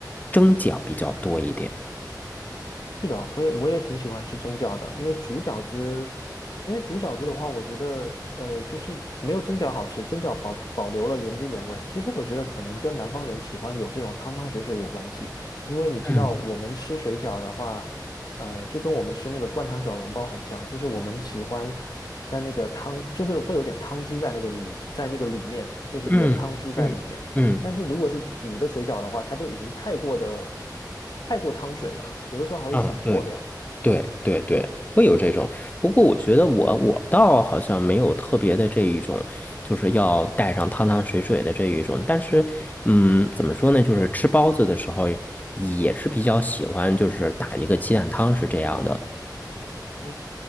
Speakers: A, on the left (about 25°); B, on the left (about 65°).
A: 蒸饺比较多一点。
B: 是的，我也我也挺喜欢吃蒸饺的，因为煮饺子，因为煮饺子的话，我觉得呃，就是没有蒸饺好吃，蒸饺保保留了原汁原味。其实我觉得可能跟南方人喜欢有这种汤汤水水有关系，因为你知道我们吃水饺的话，
A: 嗯
B: 呃，就跟我们吃那个灌汤小笼包很像，就是我们喜欢在那个汤，就是会有点汤汁在那个里，在那个里面，就是原汤汁在里面。
A: 嗯嗯嗯，
B: 但是如果是煮的水饺的话，它就已经太过的太过汤水了，有的时候还会煮破掉。
A: 啊，对，对对对，会有这种。不过我觉得我我倒好像没有特别的这一种，就是要带上汤汤水水的这一种。但是，嗯，怎么说呢？就是吃包子的时候也是比较喜欢，就是打一个鸡蛋汤是这样的。
B: 嗯，